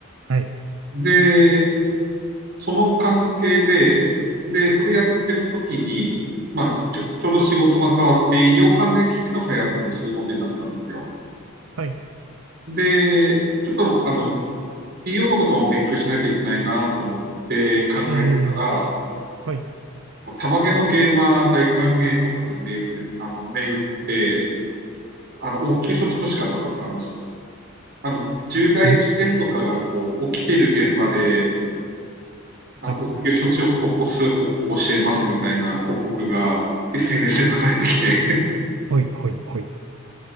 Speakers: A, on the right; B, on the right.
A: はい、
B: で、その関係で、で、それやってる時に、まあ、ちょ、ちょうど仕事が変わって、医療関連機器の開発することになったんですよ。
A: はい、
B: で、ちょっと、あの、医療のことも勉強しないといけないなと思って考えてたら、
A: うん、はい、
B: あのサバゲのゲーマー大歓迎とかって銘打って、あの、銘打って、あの、応急処置の仕方とか、あの、あの重大事件とかがこう起きている現場で
A: うん、
B: あの応急処置を施す方法を教えますみたいな広告が
A: はい、
B: SNS で流れてきて、
A: はい、はい、はい。